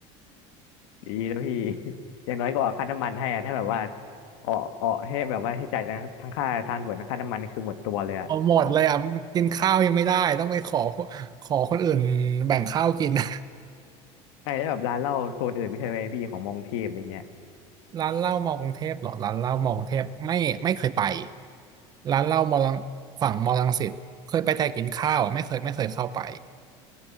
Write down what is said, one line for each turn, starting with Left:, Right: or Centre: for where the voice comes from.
Left: ดีแล้วพี่ <laughs> อย่างน้อยก็ออกค่าน้ำมันให้อะถ้าแบบว่าออกออกให้แบบว่าให้จ่ายทั้งทั้งค่าทางด่วนทั้งค่าน้ำมันนี่คือหมดตัวเลยอะ
Right: เอาหมดเลยอ่ะกินข้าวยังไม่ได้ต้องไปขอขอคนอื่นแบ่งข้าวกิน <laughs>
Left: ใช่แล้วแบบร้านเหล้าโซนอื่นไม่เคยไปพี่ของมอกรุงเทพอะไรเงี้ย
Right: ร้านเหล้ามอกรุงเทพเหรอร้านเหล้ามอกรุงเทพไม่ไม่เคยไปร้านเหล้ามอลังฝั่งมอลังสิตเคยไปแต่กินข้าวอ่ะไม่เคยไม่เคยเข้าไป